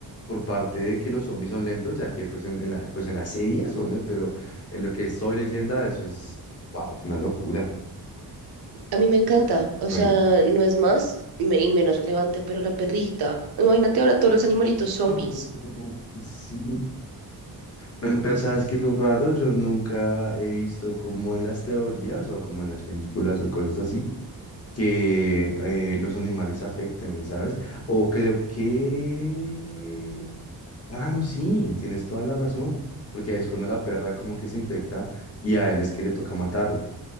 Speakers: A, on the left; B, on the right.
A: por parte de que los zombies son lentos, ya que pues en, en la, pues en la serie son, len- pero en lo que estoy leyenda, eso es, wow, una locura.
B: A mí me encanta, o
A: Bueno.
B: sea, no es más me- y menos relevante, pero la perrita. Imagínate ahora todos los animalitos zombies.
A: Oh, sí. Bueno, pero sabes que lo raro, yo nunca he visto como en las teorías o como en las películas o cosas así. que eh, los animales afecten, ¿sabes? O creo que... Ah, no, sí, tienes toda la razón, porque ahí es cuando la perra como que se infecta y a él es que le toca matarla.